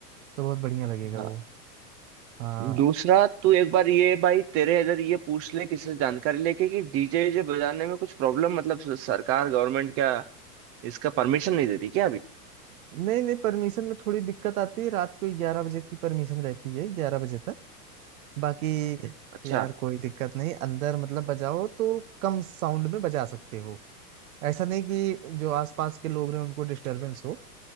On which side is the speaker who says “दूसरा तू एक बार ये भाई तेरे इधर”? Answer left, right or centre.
Right